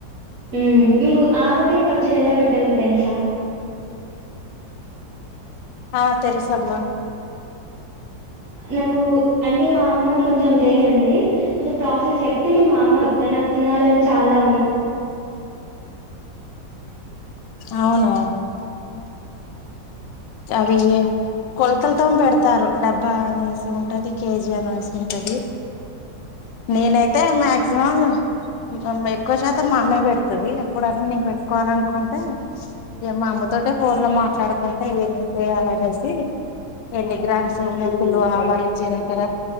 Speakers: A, on the right; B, on the left.
A: ఊ మీకు ఆవకాయ పచ్చడి ఎలా పెట్టలో తెలుసా
B: ఆ తెలుసమ్మా
A: నాకు అంటే మా అమ్మ కి కొంచెం తెలియా అండి కొంచెం ప్రాసెస్ చెప్తే నేను మా అమ్మ తనకి తినాలని చాలా ఉన్
B: అవునా అవి కొలతలతోమ్ పెడతారు డబ్బా అనేసి ఉంటది కేజీ అనే వేసి ఉంటది నేనైతే మాక్సిమం మమ్మ ఎక్కువ శాతం మా అమ్మే పెడతది ఎప్పుడైనా నీ పెట్టుకోవాల అనుకుంటే ఇక మమ్మ తోటే ఫోన్ లో మాట్లాడుకుంటే ఇవన్నీ ఎన్ని చేయాలనేసి ఎన్ని గ్రామ్స్ ఇల్లు ఆవాలు జీలకర్ర